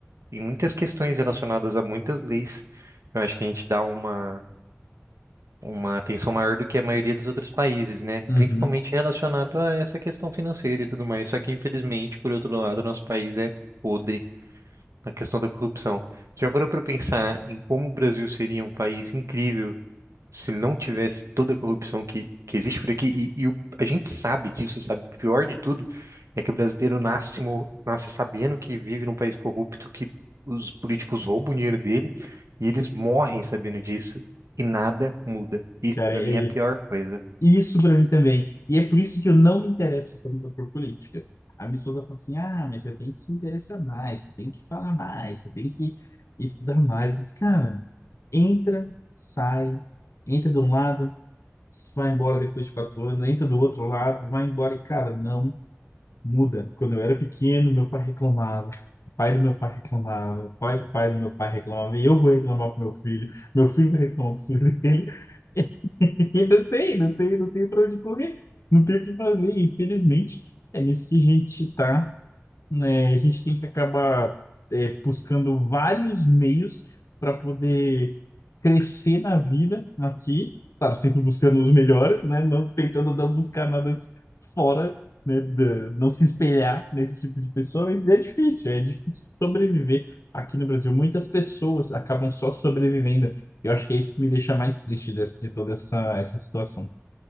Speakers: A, on the right; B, on the left.
A: tem muitas questões relacionadas a muitas leis. Eu acho que a gente dá uma, uma atenção maior do que a maioria dos outros países, né?
B: Uhum.
A: Principalmente relacionado a essa questão financeira e tudo mais. Só que, infelizmente, por outro lado, nosso país é podre na questão da corrupção. Você já parou para pensar em como o Brasil seria um país incrível se não tivesse toda a corrupção que, que existe por aqui, e, e o- a gente sabe disso, sabe? O pior de tudo é que o brasileiro nasce, mo- nasce sabendo que vive num país corrupto, que os políticos roubam o dinheiro dele, e eles morrem sabendo disso, e nada muda. Isso,
B: Cara,
A: pra
B: é,
A: mim, é a pior
B: é
A: coisa.
B: isso pra mim também. E é por isso que eu não me interesso tanto por política. A minha esposa fala assim: ah, mas você tem que se interessar mais, você tem que falar mais, você tem que estudar mais. Mas, cara, entra, sai, entra de um lado se vai embora depois de quatro anos, entra do outro lado, vai embora e, cara, não muda. Quando eu era pequeno, meu pai reclamava. O pai do meu pai reclamava, o pai do pai do meu pai reclamava, e eu vou reclamar pro meu filho, meu filho vai reclamar pro filho dele, <laughs> e não sei, não tem, não tem pra onde correr, não tem o que fazer, infelizmente, é nisso que a gente tá né, a gente tem que acabar é, buscando vários meios para poder crescer na vida aqui, claro, sempre buscando os melhores, né, não tentando não buscar nada s- fora, né, da- não se espelhar nesse tipo de pessoas. é difícil, é difícil sobreviver aqui no Brasil. Muitas pessoas acabam só sobrevivendo. Eu acho que é isso que me deixa mais triste dessa- de toda essa, essa situação.